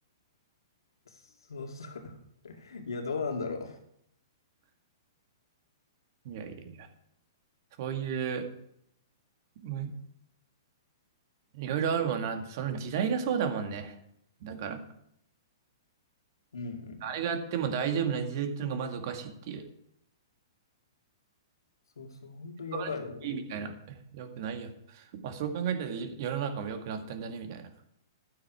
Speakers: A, on the left (about 85°); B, on the right (about 50°).
A: そうそう。いや、どうなんだろ
B: いやいやいや。そういう、むいろいろあるもんな。その時代がそうだもんね。だから、
A: う。うんうん。
B: あれがあっても大丈夫な時代っていうのがまずおかしいっていう。
A: そうそう、本当にやばいだろ
B: 使わなくていいみたいな。えよくないよ。まあそう考えたら世世の中も良くなったんだねみたいな。